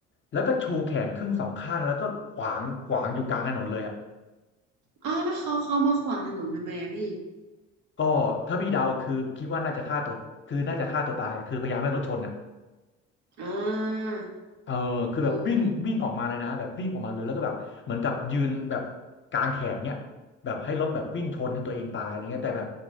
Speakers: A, on the left; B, on the right.
A: แล้วก็ชูแขนครึ่งสองข้างแล้วก็ขวางขวางอยู่กลางถนนเลยอ่ะ
B: อ๋อแล้วเขาเขามาขวางถนนทำไมอะพี่
A: ก็ถ้าพี่เดาคือคิดว่าน่าจะฆ่าตัวคือน่าจะฆ่าตัวตายคือพยายามให้รถชนอ่ะ
B: อ่า
A: เออคือแบบวิ่งวิ่งออกมาเลยนะแบบวิ่งออกมาเลยแล้วก็แบบเหมือนกับยืนแบบกางแขนเนี่ยแบบให้รถแบบวิ่งชนให้ตัวเองตายอะไรเงี้ยแต่แบบ
B: โอ้โห